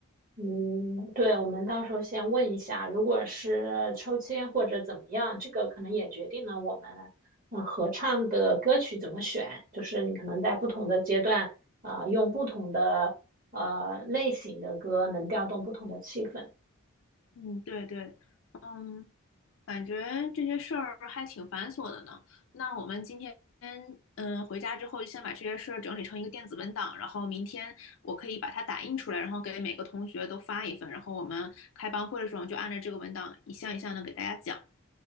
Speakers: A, on the right (about 40°); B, on the left (about 65°).
A: 嗯，对，我们到时候先问一下，如果是抽签或者怎么样，这个可能也决定了我们嗯合唱的歌曲怎么选，就是你可能在不同的阶段啊、呃用不同的呃类型的歌能调动不同的气氛。
B: 嗯，对对，嗯，感觉这些事儿还挺繁琐的呢。那我们今天，嗯，回家之后就先把这些事儿整理成一个电子文档，然后明天我可以把它打印出来，然后给每个同学都发一份，然后我们开班会的时候就按照这个文档一项一项的给大家讲。